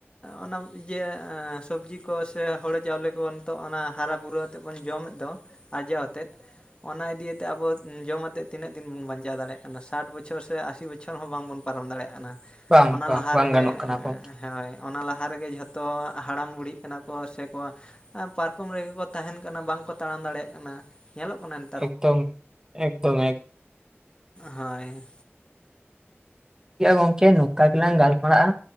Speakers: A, on the left; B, on the right.
A: ᱚᱱᱟ ᱤᱭᱟᱹ ᱮᱸ ᱥᱚᱵᱡᱤ ᱠᱚ ᱥᱮ ᱦᱳᱲᱳ ᱪᱟᱣᱞᱮ ᱠᱚ ᱱᱤᱛᱚᱜ ᱚᱱᱟ ᱦᱟᱨᱟ ᱵᱩᱨᱩ ᱼᱼ ᱱᱤᱛᱚᱜ ᱵᱚᱱ ᱡᱚᱢ ᱮᱫ ᱫᱚ ᱟᱨᱡᱟᱣ ᱮᱼᱼ <unintelligible> ᱚᱱᱟ ᱤᱫᱤ ᱫᱤᱭᱮ ᱛᱮ ᱟᱵᱚ ᱡᱚᱢ ᱟᱛᱮ ᱛᱤᱱᱟᱹᱜ ᱫᱤᱱ ᱵᱚᱱ ᱵᱟᱧᱪᱟᱣ ᱫᱟᱲᱮ ᱭᱟᱜ ᱠᱟᱱᱟ ᱥᱮ? ᱥᱟᱴ ᱵᱚᱪᱷᱚᱨ ᱥᱮ ᱟᱥᱤ ᱵᱚᱪᱷᱚᱨ ᱦᱚᱸ ᱵᱟᱝ ᱵᱚᱱ ᱯᱟᱨᱚᱢ ᱫᱟᱲᱮ ᱭᱟᱜ ᱠᱟᱱᱟ,
B: ᱵᱟᱝ
A: ᱚᱱᱟ
B: ᱵᱟᱝ
A: ᱞᱟᱦᱟ
B: ᱵᱟᱝ
A: ᱨᱮᱜᱮ
B: ᱜᱟᱱᱚᱜ ᱠᱟᱱᱟ ᱜᱚᱝᱠᱮ
A: ᱮᱸ ᱦᱳᱭ ᱾ ᱚᱱᱟ ᱞᱟᱦᱟ ᱨᱮ ᱜᱮ ᱡᱷᱚᱛᱚ ᱦᱟᱲᱟᱢ ᱵᱩᱲᱦᱤᱜ ᱠᱟᱱᱟ ᱠᱚ ᱥᱮ ᱠᱚ ᱼᱼ ᱯᱟᱨᱠᱚᱢ ᱨᱮ ᱜᱮ ᱠᱚ ᱛᱟᱦᱮᱱ ᱠᱟᱱᱟ ᱵᱟᱝ ᱠᱚ ᱛᱟᱲᱟᱢ ᱫᱟᱲᱮ ᱠᱟᱱᱟ, ᱧᱮᱞᱚᱜ ᱠᱟᱱᱟ‌ ᱼᱼ
B: ᱮᱠᱫᱚᱢ ᱮᱠᱫᱚᱢ ᱮᱠ ᱾
A: ᱦᱳᱭ ᱾
B: ᱮᱭᱟ ᱜᱚᱝᱠᱮ ᱱᱚᱝᱠᱟ ᱜᱮᱞᱟᱝ ᱜᱟᱞ ᱢᱟᱨᱟᱜᱼᱟ,